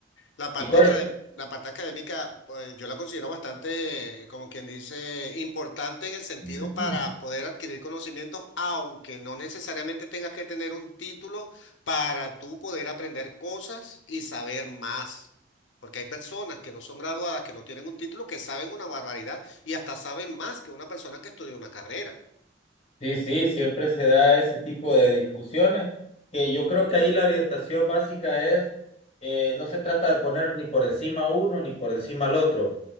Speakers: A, on the left; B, on the left.
A: La parte
B: ¿Y cuál?
A: académica, la parte académica, pues, yo la considero bastante, como quien dice, importante en el sentido
B: es?
A: para poder adquirir conocimientos, aunque no necesariamente tengas que tener un título para tú poder aprender cosas y saber más. Porque hay personas que no son graduadas, que no tienen un título, que saben una barbaridad y hasta saben más que una persona que estudió una carrera.
B: Sí, sí, siempre se da ese tipo de discusiones, que yo creo que ahí la orientación básica es, eh, no se trata de poner ni por encima a uno ni por encima al otro.